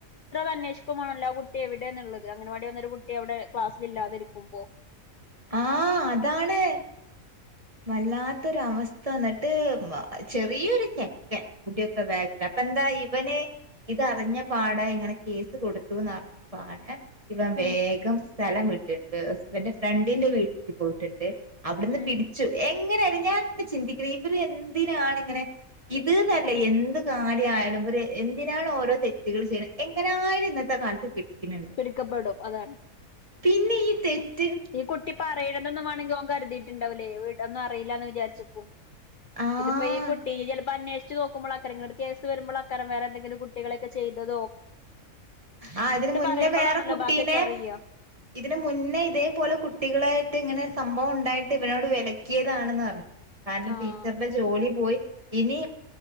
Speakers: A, on the left; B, on the right.
A: അന്വേഷിക്കുമാണല്ലോ കുട്ടി എവിടെയന്നുള്ളത് അങ്ങനവാടി വന്നൊരു കുട്ടി അവിടെ ക്ലാസ്സൽില്ലാതിരിക്കുമോ
B: ആഹ അതാണ് വല്ലാത്തൊരു അവസ്ഥ വന്നിട്ട് ചെറിയൊരു ചെക്കൻ കൂടിയൊക്കെ വേ എന്താ ഇവനെ ഇതറിഞ്ഞ പാട ഇങ്ങനെ കേസ് കൊടുത്തുന്ന്റിഞ്ഞ പാട് ഇവൻ വേഗം
A: ഉം
B: സ്ഥലം ഇട്ടി എന്റെ ഫ്രണ്ടിന്റെ വീട്ടിലേക്ക് പോയിട്ടുണ്ട് അവിടുന്ന്
A: ഉം
B: പിടി എങ്ങനെയ ഞൻ ഇങ്ങനെ ചിന്തിക്ക ഇവര് എന്തിനാണ് ഇങ്ങനെ ഇത്ന്നല്ല എന്ത് കാല ആയാലും എന്തിനാണ് ഓരോ തെറ്റുകൾ ചെയ്യുന്നത് എങ്ങനായാലും ഇന്നത്തെ കാലത്ത് പിടിക്കുന്നുണ്ട്
A: പിടിക്കപ്പെടും അതാണ്
B: പിന്നെ ഈ തെറ്റ്
A: ഈ കുട്ടി പറയണന്ന വേമെങ്കിൽ അവ കരുതിയിട്ട് ണ്ടാവലേ ഒന്നും അറിയില്ല എന്ന് വിചാരിോ
B: ആഹ്
A: ഇതിപ്പോൊ ഈ കുട്ടി ചപ്പോ അവേഷ വ നോക്കുമോൾക്കങ്ങ കേസ് വരുമ്പോ അക്കാരം വേറെന്തങ്കിലും കുികളക്കെ ചെയ്തോ
B: ആ ഇതിനന് മുന്നേ
A: പറയുമ്പോഴാണല്ലോ
B: വേറെ കുട്ടീനെ
A: ബാക്കിയൊക്കെ അറിയാ
B: ഇതിനന് മുന്നേ ഇത് പോലെ കുട്ടികളായിട്ട് ഇങ്ങനെ സംഭവം ഉണ്ടായിട്ട് ഇവനോട് വിലക്കിയതാണെന്ന് പറഞ്ഞു കാരണം
A: ആഹ്
B: ടീച്ചറിന്റെ ജോലി പോയി ഇനി